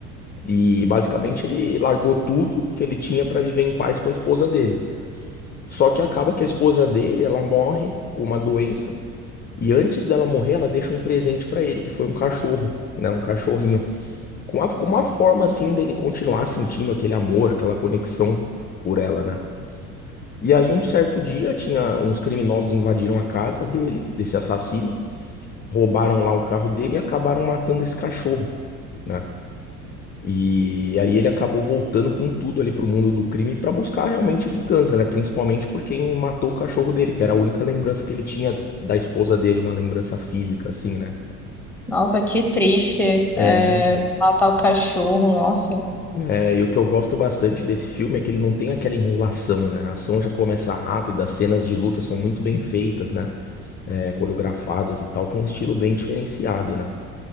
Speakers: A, on the left; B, in the centre.
A: e basicamente ele largou tudo que ele tinha pra viver em paz com a esposa dele. Só que acaba que a esposa dele, ela morre com uma doença E antes dela morrer, ela deixa um presente pra ele, que foi um cachorro, né? Um cachorrinho. Com a- com uma forma, assim, dele continuar sentindo aquele amor, aquela conexão por ela, né? E aí, um certo dia, tinha uns criminosos invadiram a casa dele, desse assassino, roubaram lá o carro dele e acabaram matando esse cachorro, né? E aí ele acabou voltando com tudo ali pro mundo do crime pra buscar realmente vingança, né? Principalmente por quem matou o cachorro dele, que era a única lembrança que ele tinha da esposa dele, uma lembrança física, assim, né?
B: Nossa, que triste. É,
A: É, então.
B: matar o cachorro, nossa.
A: É, e o que eu gosto bastante desse filme é que ele não tem aquela enrolação, né? A ação já começa rápida, as cenas de luta são muito bem feitas, né? É, coreografadas e tal, com um estilo bem diferenciado, né?